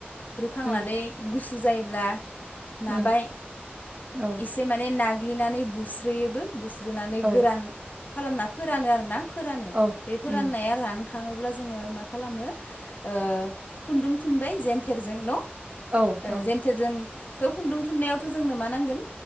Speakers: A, on the left; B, on the right.
A: रुखांनानै
B: उम
A: गुसु जायोब्ला नाबाय
B: उम औ
A: एसे माने नाग्लिनानै बुस्रोयोबो बुस्रोनानै
B: औ
A: गोरान खालामना फोरानो आरो ना। फोरानो
B: औ
A: बे फोराननाया
B: उम
A: रानख थाङोब्ला जोङो मा खालामो ओ खुन्दुं थुनबाय जेेनथेरजों न' ओ
B: औ औ
A: जेनथेरजों थ' खुन्दुं थुननायावथ' जोंनो मा नांगोन